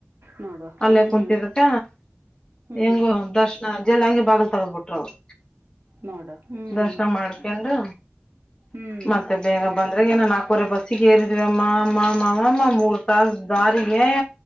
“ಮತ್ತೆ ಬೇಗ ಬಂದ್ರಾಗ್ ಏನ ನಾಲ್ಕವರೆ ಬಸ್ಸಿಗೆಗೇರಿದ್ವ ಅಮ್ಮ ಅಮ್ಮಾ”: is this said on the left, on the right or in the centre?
Left